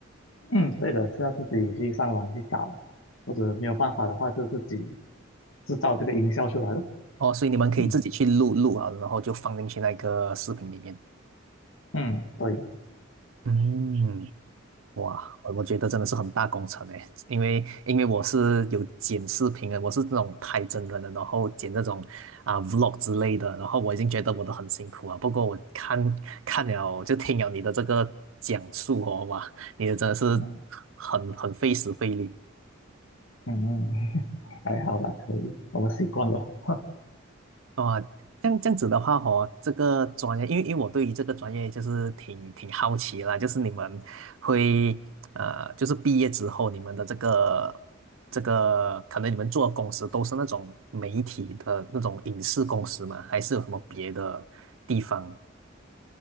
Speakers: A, on the left; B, on the right.
A: 嗯，对的，是要自己去上网去找，或者没有办法的话就自己制造这个音效出来咯。
B: 哦，所以你们可以自己去录录啊，
A: 嗯
B: 然后就放进去那个视频里面。
A: 嗯，对，
B: 嗯，哇，我我觉得真的是很大工程诶，因为因为我是有剪视频的，我是那种拍真人的，然后剪那种啊、vlog 之类的，然后我已经觉得我都很辛苦啊。不过我看看了就听了你的这个讲述哦，哇，你的真的是
A: 嗯
B: 很很费时费力。
A: 嗯嗯，<laughs> 还好啦，可以，我们习惯了。<laughs>
B: 哦，这样这样子的话哦，这个专业，因为因为我对于这个专业就是挺挺好奇啦，就是你们会呃，就是毕业之后，你们的这个这个，可能你们做的公司都是那种媒体的那种影视公司嘛，还是有什么别的地方？